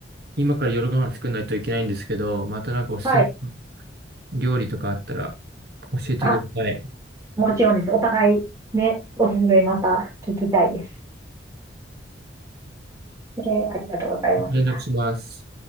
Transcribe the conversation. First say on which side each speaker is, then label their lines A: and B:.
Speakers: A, on the right; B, on the right.
A: 今から夜ご飯作んないといけないんですけど、またなんかおすすめの
B: はい。
A: 料理とかあったら、教えてください。
B: あ、もちろんです。お互いね、おすすめまた聞きたいです。えーありがとうございました。
A: 連絡します。